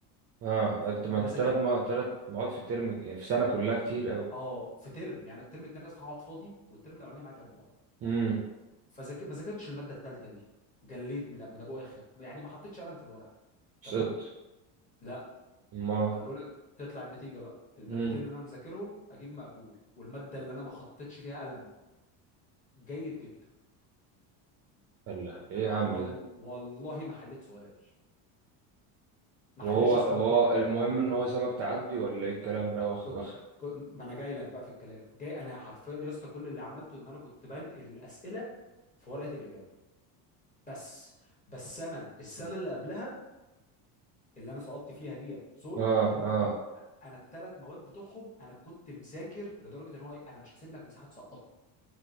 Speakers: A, on the right; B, on the left.
A: اه
B: فما
A: انت ما انت
B: ذاك-
A: ثلاث ما ثلاث مواد في الترم يعني في سنه كلها كتير قوي
B: اه في ترم يعني الترم التاني اصلا هقعد فاضي والترم الاولاني معايا ثلاث مواد
A: امم
B: فذاك... ما ذاكرتش الماده الثالثه دي جليت من من ابو اخر يعني ما حطيتش قلم في الورقه
A: سقط
B: تمام لا
A: ما
B: ما انا بقول لك تطلع النتيجه بقى المادتين
A: امم
B: اللي انا مذاكرهم اجيب مقبول والماده اللي انا ما خطيتش فيها قلم جيد جدا
A: الله ايه
B: انا
A: يا
B: وال...
A: عم ده
B: والله ما حليت سؤال ما
A: وهو
B: حليتش
A: وهو
B: سؤال انا كنت
A: المهم ان هو سابك تعدي ولا ايه الكلام ده واخ
B: كنت
A: بخ
B: كنت- ما انا جاي لك بقى في الكلام جاي انا حرفيا يا اسطى كل اللي عملته ان انا كنت بنقل الاسئله في ورقه الاجابه بس بس انا السنه اللي قبلها اللي انا سقطت فيها ديت ظلم
A: اه
B: انا
A: اه
B: كنت انا الثلاث مواد بتوعهم انا كنت مذاكر لدرجه ان هو إيه، انا مش هسيب لك مساحه تسقطني